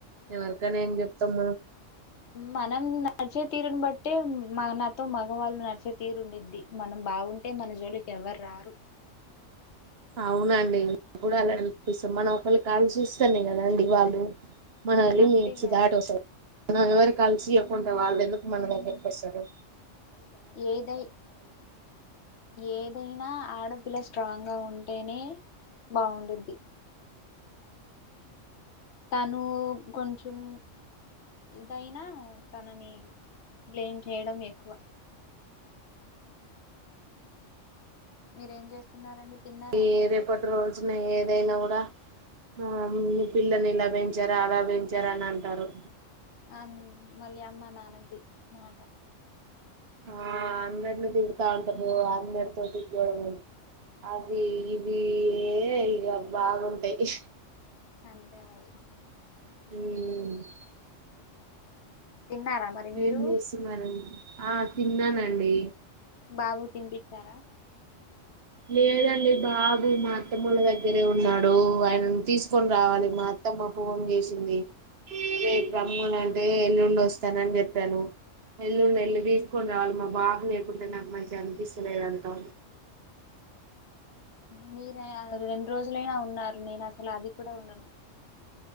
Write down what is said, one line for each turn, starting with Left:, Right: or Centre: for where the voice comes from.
Right: ఎవరికైనా ఏం చెప్తం మనం.
Left: మనం నడిచే తీరుని బట్టే మా నాతో మగవాళ్ళు నడిచే తీరు ఉండిద్ది మనం బాగుంటే మన జోలికి ఎవర్ రా రారు
Right: అవునండి <inaudible> కూడా అలానే <inaudible> చూస్తం మనం ఒకళి కాల్ చూస్తన్నే కదండి వాళ్ళు మనల్నీ
Left: అంతేగా
Right: మించి దాటి వస్తరు <inaudible> మనం ఎవరికీ అల్సు ఇయ్యకుంటే వాళ్ళెందుక్ మన దగ్గర్ కొస్తరూ
Left: ఏదై ఏదైనా ఆడ పిల్లా స్ట్రాంగ్ గా ఉంటేనే బాగుండిద్ది. తనూ కొంచమ్ ఇదైనా తననీ బ్లేమ్ చేయడం ఎక్కువా. మీరేం చేస్తున్నారండి తిన్నారా
Right: ఈ
Left: మరి
Right: రేపటి
Left: మీరు
Right: రోజున ఏదైనా గూడా ఆ మీ పిల్లల్ని ఇలా పెంచారా అలా పెంచారా అని అంటారు.
Left: అం మళ్ళీ అమ్మా నాన్నకి మాట.
Right: ఆ అందర్ని తిడుతా ఉంటరూ అందరితోటి గొడవలె. అవ్యి ఇవ్వీ ఇయే ఇగా బాగుంటయి.
Left: అంతే మరి
Right: ఉఊ
Left: తిన్నారా మరి మీరు
Right: ఏం చేస్తున్నారండి ఆ తిన్నానండి
Left: బాబుకి తినిపించారూ
Right: లేదండి బాబు మా అత్తముళ్ల దగ్గరే ఉన్నాడు ఆయన తీసుకొని రావాలి మా ఆత్తమ ఫోన్ చేసింది రేపు రమ్మని అంటే ఎల్లుడ వస్తానని చెప్పాను ఎల్లుండి ఎల్ళ తీసుకొని రావాలి మా బాబు నేకుంటే నాకు మంచి అనిపిస్తలేదు అంతా
Left: మీరే రెండు రోజులైనా ఉన్నారు నేను అసలు అది కూడా ఉండను